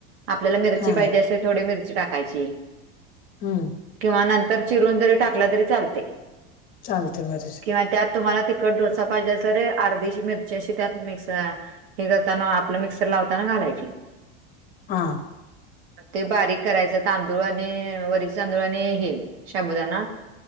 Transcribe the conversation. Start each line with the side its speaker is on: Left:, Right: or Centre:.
Right: आपल्याला मिरची
Left: हा
Right: पाहिजेे असेल थोडी मिरची टाकायची
Left: हम्म
Right: किंवा नंतर चिरून जरी टाकला तरी चालतंय
Left: चालतंय माझ्याशी
Right: किंवा त्यात तुम्हाला तिखट डोसा पाहिजे असे तर अर्धीशी मिरची अशी त्यात मिक्स हे करताना आपलं मिक्सर लावताना घालायची.
Left: हा
Right: ते बारीक करायचं तांदूळ आणि वरीच तांदूळ आणि हे शाबुदाना